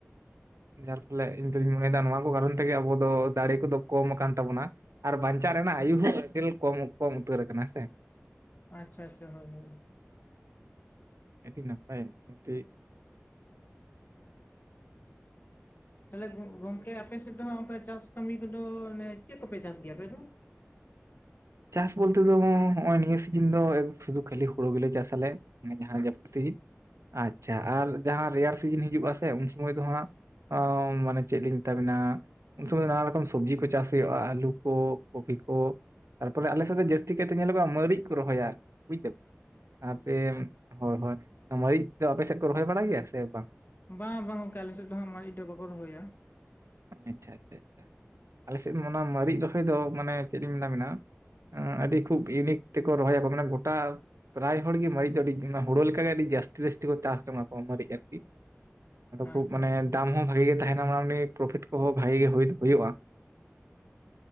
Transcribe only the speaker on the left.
ᱟᱪᱪᱷᱟ ᱟᱪᱪᱷᱟ ᱦᱳᱭ ᱦᱳᱭ᱾
ᱛᱟᱦᱚᱞᱮ ᱜᱚᱝᱠᱮ ᱟᱯᱮᱥᱮᱫ ᱫᱚᱦᱟᱸᱜ ᱪᱟᱥ ᱠᱟᱹᱢᱤ ᱠᱚᱫᱚᱱᱮ ᱪᱮᱫ ᱠᱚᱯᱮ ᱪᱟᱥ ᱜᱮᱭᱟ ᱟᱯᱮ ᱫᱚ?
ᱵᱟᱝ ᱵᱟᱝ ᱠᱟ ᱟᱞᱮ ᱥᱮᱫ ᱫᱚ ᱦᱟᱸᱜ ᱢᱟᱨ ᱢᱤᱫᱴᱟᱹ ᱵᱟᱠᱚ ᱨᱚᱦᱚᱭᱟ᱾
ᱟᱪᱪᱷᱟ
ᱟᱪᱪᱷᱟ